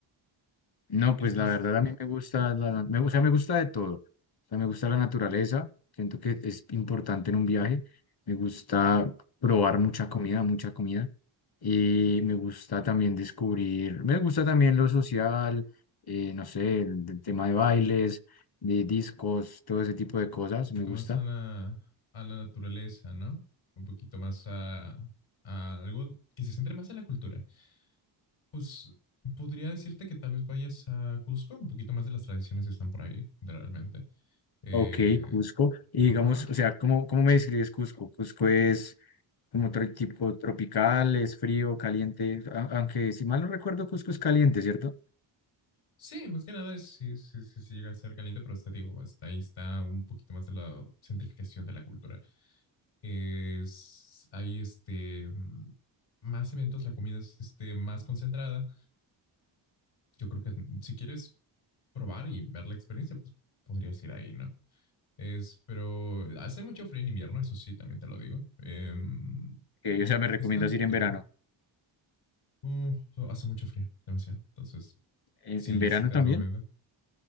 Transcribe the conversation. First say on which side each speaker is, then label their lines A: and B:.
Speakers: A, on the left; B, on the left.
A: No,
B: qué
A: pues
B: estás
A: la verdad a mí me gusta, la, na- me, o sea, me gusta de todo. O sea, me gusta la naturaleza, siento que es importante en un viaje. Me gusta probar mucha comida, mucha comida. Y me gusta también descubrir, me gusta también lo social, eh, no sé, el, el tema de bailes, de discos, todo ese tipo de cosas,
B: un poquito
A: me gusta.
B: más a la, a la naturaleza, ¿no? Un poquito más a, a algo que se centre más en la cultura. Pues podría decirte que tal vez vayas a Cusco, un poquito más de las tradiciones están por ahí, realmente. Eh,
A: Ok, Cusco. Y
B: ajá.
A: digamos, o sea, ¿cómo, cómo me describes Cusco? Cusco es como otro tipo tropical, es frío, caliente, a- aunque si mal no recuerdo, Cusco es caliente, ¿cierto?
B: Sí, más que nada es, sí, sí, sí, sí llega a ser caliente, pero te digo, hasta ahí está un poquito más de la centrificación de la cultura. Es, hay este, mm, más eventos, la comida es este, más concentrada. Yo creo que si quieres, probar y ver la experiencia, pues podrías ir ahí, ¿no? Es, pero hace mucho frío en invierno, eso sí, también te lo digo. Eh,
A: Ok,
B: no
A: o sea, me recomiendas
B: es tanto
A: ir
B: trope-
A: en verano.
B: uh, hace mucho frío, demasiado. Entonces,
A: ¿En,
B: sí,
A: en verano
B: sí te
A: también?
B: recomiendo.